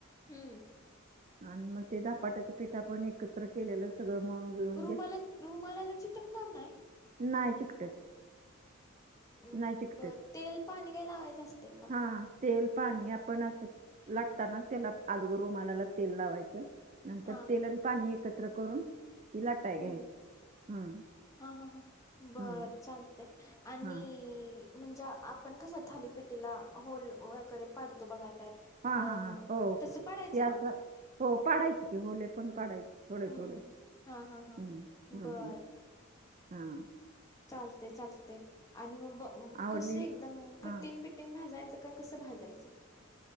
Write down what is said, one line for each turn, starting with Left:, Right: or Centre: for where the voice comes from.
Left: हम्म
Right: आणि मग ते धपाट्याचं पिठ आपण एकत्र केलेलं, सगळं मळून बिळून
Left: रुमाला... रुमालाला चिटकणार नाय?
Right: नाय चिकटत,
Left: अम
Right: नाय चिकटत
Left: बर तेल पाणी... काही लावायचं असतय का?
Right: हा... तेल पाणी, आपण असं लाटतानाच, त्याला आगुदर रुमालाला तेल लावायचं नंतर
Left: हा
Right: तेल आणि पाणी एकत्र करून लाटाय घ्यायची
Left: हम्म,
Right: हम्म
Left: हा हा हा... बर
Right: हम्म
Left: चालतंय आणि...
Right: हा
Left: म्हणजे आपण कसं थालीपेटीला होल वगैरे पाडतो बघा त्यात
Right: हा
Left: अ...
Right: हा हा हो
Left: तसं पडायचं
Right: ते
Left: का?
Right: असं हो... पाडायची की, होले पण पाडायची थोडे
Left: हम्म
Right: थोडे...
Left: हा हा हा
Right: हुं.. हुं
Left: बर
Right: हुं... हा
Left: चालते चालते आणि मग ब
Right: आवडली
Left: कस एकदम
Right: हा
Left: कठीण ब भाजाचं का कसं भाजायचं?